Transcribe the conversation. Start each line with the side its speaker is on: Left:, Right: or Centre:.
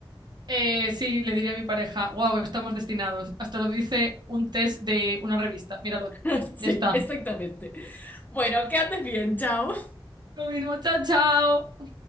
Right: Eh, sí, le diría a mi pareja, wow, estamos destinados. Hasta lo dice un test de una revista. Míralo.
Left: <laughs> Sí,
Right: Ya está.
Left: exactamente. Bueno, que andes bien, chao.
Right: Lo mismo, chao, chao.